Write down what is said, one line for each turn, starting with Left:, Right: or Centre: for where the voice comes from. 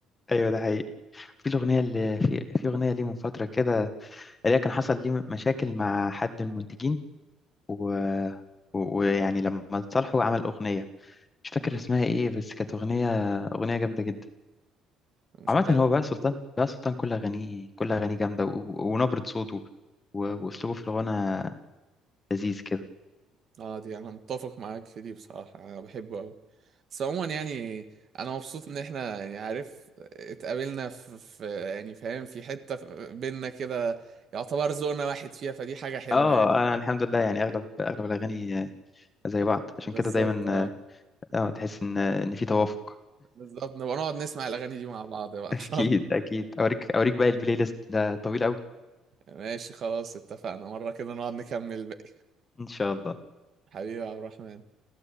Left: ايوه ده حقيقي في الاغنيه اللي في في اغنيه ليه من فتره كده اللي هي كان حصل ليه مشاكل مع حد المنتجين و... و- ويعني لما صالحو عمل أغنية مش فاكر
Right: مم،
Left: اسمها إيه بس كانت أغنية أغنية جامدة جدا
Right: مش
Left: عامة
Right: عارف
Left: هو بقى سلطان بقى سلطان كل أغانيه كل أغانيه جامدة و... ونبرة صوته و... وأسلوبه في الغنى لذيذ كده
Right: اه دي انا متفق معاك في دي بصراحة انا بحبه اوي بس عموما يعني انا مبسوط ان احنا يعني عارف اتقابلنا في, في يعني فاهم في حتة في- بينا كده يعتبر ذوقنا واحد فيها فدي حاجة حلوة
Left: اه
Right: يعني
Left: انا الحمد لله يعني اغلب اغلب الاغاني آه، زي بعض عشان
Right: بالظبط
Left: كده دايما
Right: اه
Left: اه آه، تحس ان ان في توافق
Right: بالظبط نبقى نقعد نسمع الاغاني دي مع بعض بقى
Left: <laughs> اكيد
Right: ان شاء الله
Left: اكيد اوريك اوريك باقي البلاي ليست ده طويل قوي
Right: ماشي خلاص اتفقنا مرة كده نقعد نكمل الباقي
Left: ان شاء الله
Right: حبيبي يا عبد الرحمن